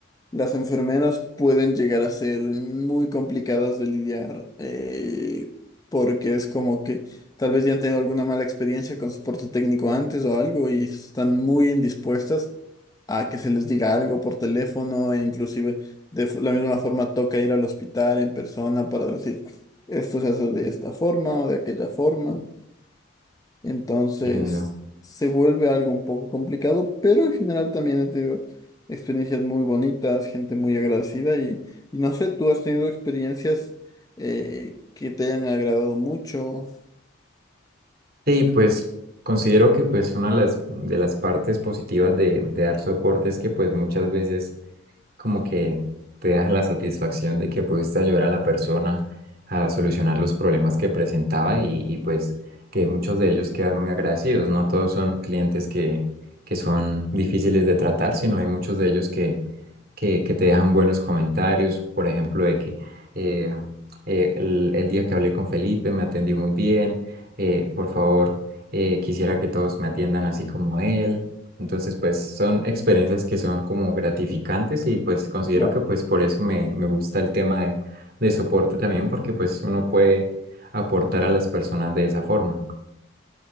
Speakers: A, on the left (about 20°); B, on the right (about 50°).
A: las enfermeras pueden llegar a ser muy complicadas de lidiar, eh, porque es como que tal vez ya han tenido alguna mala experiencia con soporte técnico antes o algo y están muy indispuestas a que se les diga algo por teléfono e inclusive de f- la misma forma toca ir al hospital en persona para decir esto se hace de esta forma o de aquella forma. Entonces
B: Entiendo.
A: se vuelve algo un poco complicado, pero en general también he tenido experiencias muy bonitas, gente muy agradecida y, y no sé, ¿tú has tenido experiencias eh, que te hayan agradado mucho?
B: Sí, pues considero que pues una de las, de las partes positivas de, de dar soporte es que pues muchas veces como que te deja la satisfacción de que pudiste ayudar a la persona a solucionar los problemas que presentaba y, y pues que muchos de ellos quedan muy agradecidos. No todos son clientes que, que son difíciles de tratar, sino hay muchos de ellos que que, que te dejan buenos comentarios, por ejemplo, de que eh, eh, el, el día que hablé con Felipe me atendió muy bien, eh, por favor, eh, quisiera que todos me atiendan así como él. Entonces, pues son experiencias que son como gratificantes y pues considero
A: Claro.
B: que pues por eso me, me gusta el tema de, de soporte también, porque pues uno puede aportar a las personas de esa forma.